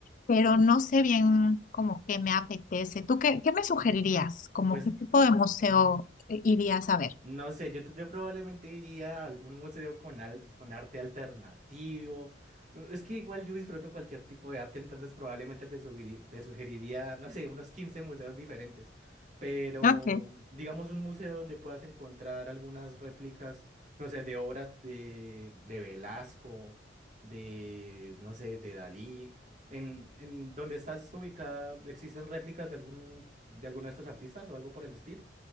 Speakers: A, on the left (about 45°); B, on the right (about 40°).
A: pero no sé bien como que me apetece. ¿Tú qué, qué me sugerirías? ¿Como
B: Pues
A: qué tipo de museo eh, irías a ver?
B: No sé, yo, yo probablemente iría a algún museo con, al- con arte alternativo. Mm, Es que igual yo disfruto cualquier tipo de arte, entonces probablemente te sugiri- te sugeriría, no sé, unos 15 museos diferentes. Pero
A: Ok.
B: digamos un museo donde puedas encontrar algunas réplicas, no sé, de obras de, de Velasco, de, no sé, de Dalí. En, en donde estás ubicada, ¿existen réplicas de algún, de alguno de estos artistas o algo por el estilo?